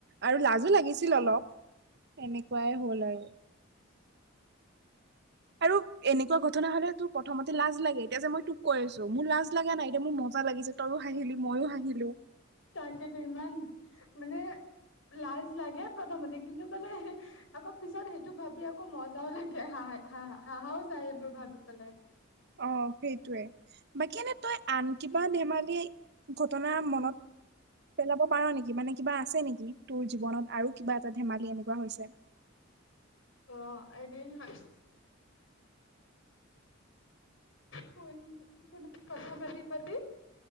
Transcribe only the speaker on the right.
আৰু লাজো লাগিছিল অলপ, এনেকুৱাই হ'ল আৰু।
আৰু এনেকুৱা ঘটনা হ'লে তোৰ প্ৰথমতে লাজ লাগে এতিয়া যে মই তোক কৈ আছো মোৰ লাজ লাগা নাই এতিয়া মোৰ মজা লাগিছে তয়ো হাঁহিলি ময়ো হাঁহিলোঁ
অ সেইটোৱে বাকী এনে তই আন কিবা ধেমালিয়ে ঘটনা মনত পেলাব পাৰ নিকি মানে কিবা আছে নিকি তোৰ জীৱনত আৰু কিবা এটা ধেমালি এনেকুৱা হৈছে